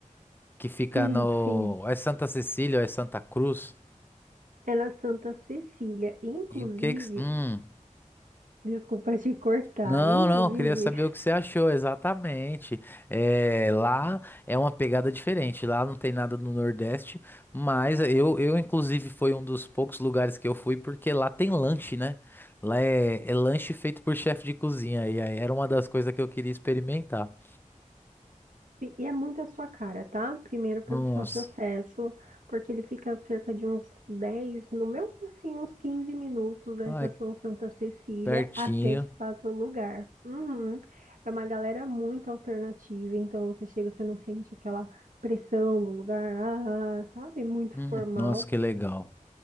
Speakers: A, on the left; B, on the right.
A: Que fica
B: sim,
A: no.
B: Fê.
A: É Santa Cecília, ou é Santa Cruz.
B: Era Santa Cecília. Inclusive,
A: E o que que. Hum.
B: desculpa te cortar,
A: Não,
B: inclusive.
A: não, queria saber o que você achou exatamente. É, lá é uma pegada diferente, lá não tem nada no Nordeste, mas eu, eu inclusive foi um dos poucos lugares que eu fui porque lá tem lanche, né? Lá é, é lanche feito por chefe de cozinha e aí era uma das coisas que eu queria experimentar.
B: E e é muito a sua cara, tá? Primeiro pelo
A: Nossa,
B: fácil acesso, porque ele fica cerca de uns 10, no meu, assim, uns 15 minutos da
A: ai,
B: Estação Santa Cecília
A: pertinho.
B: até de fato o lugar. Uhum. É uma galera muito alternativa, então você chega, você não sente aquela pressão do lugar, ah, sabe? Muito
A: Hum,
B: formal.
A: nossa, que legal.